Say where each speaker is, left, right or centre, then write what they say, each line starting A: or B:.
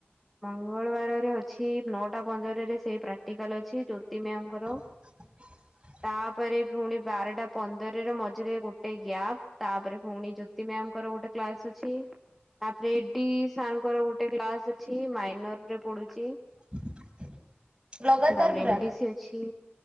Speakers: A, in the centre; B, on the right.
A: ମଙ୍ଗଳବାରରେ ଅଛି ନଅଟା ପନ୍ଦରରେ ସେଇ ପ୍ରାକ୍ଟିକାଲ ଅଛି ଜ୍ୟୋତି ମ୍ୟାମ୍ ଙ୍କର।
B: <inaudible>
A: ତାପରେ ପୁଣି ବାରଟା ପନ୍ଦରରେ ମଝିରେ ଗୋଟେ ଗ୍ୟାପ୍। ତାପରେ ପୁଣି ଜ୍ୟୋ ତି ମ୍ୟାମ୍ ଙ୍କର ଗୋଟେ କ୍ଲାସ୍ ଅଛି। ତାପରେ ଇଡି ସାର୍ ଙ୍କର ଗୋଟେ କ୍ଲାସ୍ ଅଛି। ମାଇନରରେ ପଡୁଚି।
B: <inaudible> ଲଗାତାର
A: ତାପରେ
B: ପୁରା।
A: ଏମ୍ଡିସି ଅଛି।